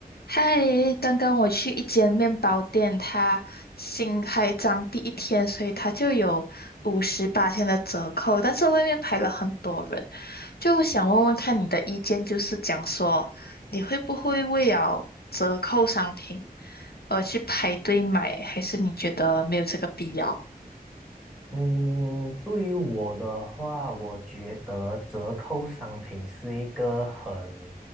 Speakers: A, on the left; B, in the centre.
A: 嗨，刚刚我去一间面包店，它新开张第一天，所以它就有五十八天的折扣，但是外面排了很多人，就想问问看你的意见，就是讲说你会不会为了折扣商品而去排队买，还是你觉得没有这个必要？
B: 嗯，对于我的话，我觉得折扣商品是一个很